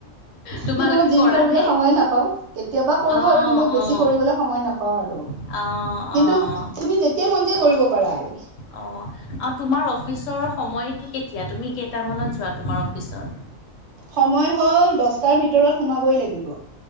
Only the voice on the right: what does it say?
কিন্তু মই, জিম
কৰিবলৈ
সময় নাপাওঁ, কেতিয়াবা কৰো
আৰু, কিন্তু বেছি
কৰিবলৈ সময় নাপাওঁ আৰু
কিন্তু
তুমি, যেতিয়া মন যায় কৰিব পাৰা, আৰু
সময় হ'ল, দহটাৰ ভিতৰত সোমাবই লাগিব।